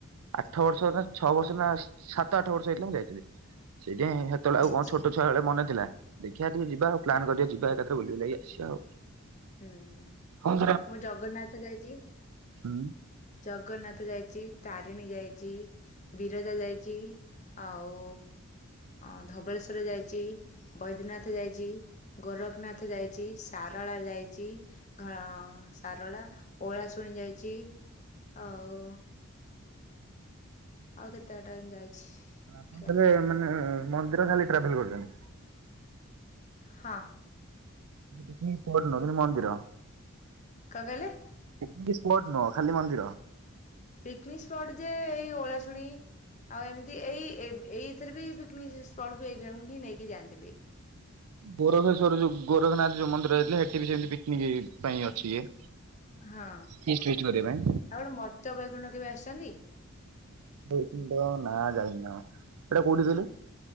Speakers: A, on the right (about 90°); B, on the left (about 35°).
A: ଆଠ ବର୍ଷ ନା ଛଅ ବର୍ଷ ନା ସାତ ଆଠ ବର୍ଷ ହେଇଥିଲା ମୁଁ ଯାଇଥିଲି। ସେଥିପାଇଁ ହେତେବେଳେ
B: ଆଚ୍ଛା।
A: ଆଉ କଣ ଛୋଟ ବେଳେ ମନେ ଥିଲା। ଦେଖିବା ଟିକେ ଯିବା ଆଉ ପ୍ଲାନ୍ କରିବା ଯିବା ଏକାଥରେ ବୁଲି ବୁଲାକି ଆସିବା ଆଉ।
B: ହୁଁ
A: ଫୋନ୍
B: ମୁଁ ଜଗନ୍ନାଥ ଯାଇଛି
A: ହୁଁ।
B: ଜଗନ୍ନାଥ ଯାଇଛି, ତାରିଣୀ ଯାଇଛି, ବିରଜା ଯାଇଛି ଆଉ ଅ ଧବଳେଶ୍ଵର ଯାଇଛି, ବୈଦ୍ୟନାଥ ଯାଇଛି, ଗୋରଖନାଥ ଯାଇଛି, ସାରଳା ଯାଇଛି, ଘ ସାରଳା ଓଳାଶୁଣୀ ଯାଇଛି ଆଉ ଆଉ କେତେ ବାଟ ଏନ୍ତି ଯାଇଛି।
A: ଆପଣ
B: ଖିଆଲ
A: ତାହେଲେ
B: ନାହିଁ ଆଉ
A: ମାନେ ମନ୍ଦିର ଖାଲି ଟ୍ରାଭେଲ କରିଛନ୍ତି।
B: ହଁ।
A: <unintelligible> ମନ୍ଦିର।
B: କଣ କହିଲେ?
A: ପିକନିକ ସ୍ପଟ ନୁହଁ ଖାଲି ମନ୍ଦିର?
B: ପିକନିକ ସ୍ପଟ ଯେ ଏଇ ଓଳାଶୁଣୀ ଆଉ ଏମିତି ଏଇ ଏ ଏଇଥିରେ ବି ପିକନିକ ସ୍ପଟ୍ କୁ ନେଇିକି ଯାଆନ୍ତି ବି।
A: ଗୋରଖେଶ୍ଵର ଯୋଉ ଗୋରଖନାଥ ଯୋଉ ମନ୍ଦିର ଯାଇଥିଲେ ସେଠି ବି ସେମିତି ପିକନିକ ପାଇଁ ଅଛି ଇଏ।
B: ହଁ।
A: ଫିଷ୍ଟ ଫିଷ୍ଟ କରିବା ପାଇଁ।
B: ଆଉ ଗୋଟେ ମର୍ତ୍ତ୍ୟବୈକୁଣ୍ଠ କେବେ ଆସିଛନ୍ତି?
A: ମର୍ତ୍ତ୍ୟବୈକୁଣ୍ଠ ନା ଯାଇନି ନା କଣ। ସେଇଟା କୋଉଠି କହିଲେ?